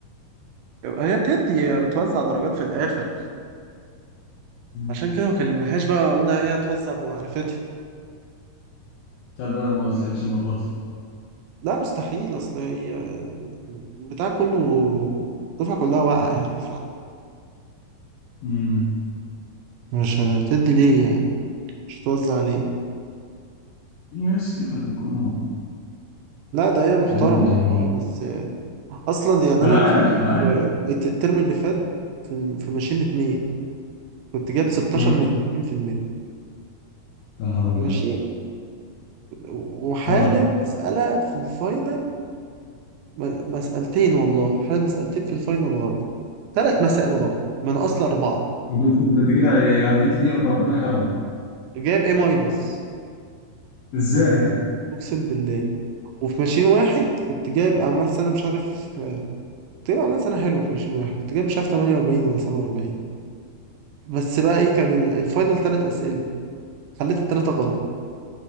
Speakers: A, on the right; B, on the left.
A: هي بتدي هي بتوزع درجات في الآخر
B: مم.
A: عشان كده ما كلمناهاش بقى قلنا هي هتوزع بمعرفتي
B: تخيل بقى لو ما وزعتش المرة دي
A: لا مستحيل اصل هي البتاع كله الدفعة كلها واقعة يعني
B: مم.
A: فمش هتدي ليه يعني مش هتوزع ليه
B: في ناس كده بيكونوا
A: لا ده هي محترمة
B: فاهم يعني
A: والله بس اصلا يعني
B: ما
A: انا
B: انا عارف
A: كنت
B: ما انا عارف
A: الت- الترم اللي فات في في ماشين اتنين كنت جايب 16
B: مم.
A: من 30%
B: يا نهار ابيض
A: ماشي وحالل
B: اه
A: مسألة في الفاينل م- مسألتين والله حالل مسألتين في الفاينل غلط ثلاث مسائل غلط من اصل اربعة
B: ده انت ده انت كده لو جيت دي رب ربنا كرمك
A: جايب ايه ماينس
B: ازاي يعني؟
A: اقسم بالله وفي ماشين واحد كنت جايب اعمال سنه مش عارف آه، كنت جايب اعمال سنه حلوه في ماشين واحد كنت جايب مش عارف 48 ولا 47 بس بقى ايه كان ال- الفاينل ثلاث اسئله خليت الثلاثه غلط